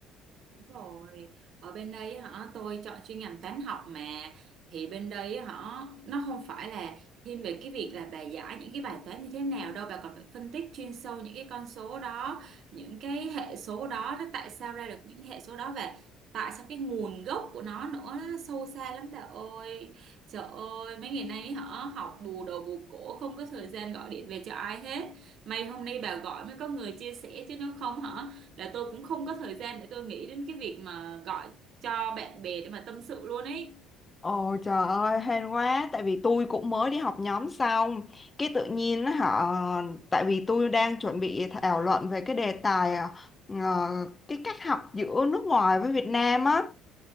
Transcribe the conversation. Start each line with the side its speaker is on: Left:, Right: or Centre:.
Right: Đúng rồi ở bên đây hả tôi chọn chuyên ngành toán học mà thì bên đây hả nó không phải là thiên về cái việc là bà giải những cái bài toán như thế nào đâu bà còn phải phân tích chuyên sâu những cái con số đó những cái hệ số đó nó tại sao ra được những hệ số đó và tại sao cái nguồn gốc của nó nữa nó sâu xa lắm bà ơi trời ơi mấy ngày nay hả học bù đầu bù cổ không có thời gian gọi điện về cho ai hết may hôm nay bà gọi mới có người chia sẻ chứ nếu không hả là tôi cũng không có thời gian để tôi nghĩ đến cái việc mà gọi cho bạn bè để mà tâm sự luôn ấy
Left: Ồ trời ơi hên quá tại vì tôi cũng mới đi học nhóm xong cái tự nhiên á, họ tại vì tôi đang chuẩn bị thảo luận về cái đề tài ờ, ờ, cái cách học giữa nước ngoài với Việt Nam á